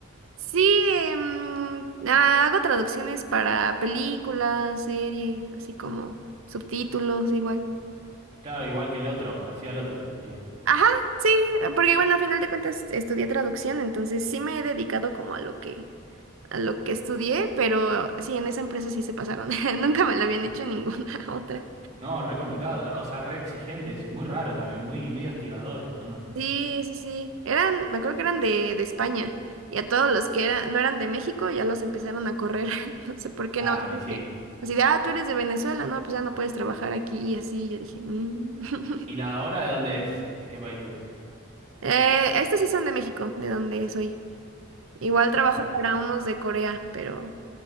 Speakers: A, on the right; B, on the right.
A: sí, em, ah, hago traducciones para películas, series, así como subtítulos igual.
B: Claro, igual que el otro, parecido al otro, digo.
A: Ajá, sí, porque bueno, al final de cuentas estudié traducción, entonces sí me he dedicado como a lo que, a lo que estudié, pero sí, en esa empresa sí se pasaron. <laughs> Nunca me la habían hecho en ninguna <laughs> otra.
B: No, re complicado, o sea, re exigente eso, y muy raro también, muy medio hostigador, ¿o no?
A: Sí, sí, sí. Eran, me acuerdo que eran de, de España. Y a todos los que era- no eran de México ya los empezaron a correr. <laughs> No sé por qué
B: Claro,
A: no. más porque
B: y sí.
A: Así de, ah, tú eres de Venezuela, no, pues ya no puedes trabajar aquí y así. Yo dije, "Mm". <laughs>
B: ¿Y la hora de dónde es? ¿De qué país es?
A: Eh, estos sí son de México, de donde soy. Igual trabajo
B: Claro.
A: para unos de Corea, pero.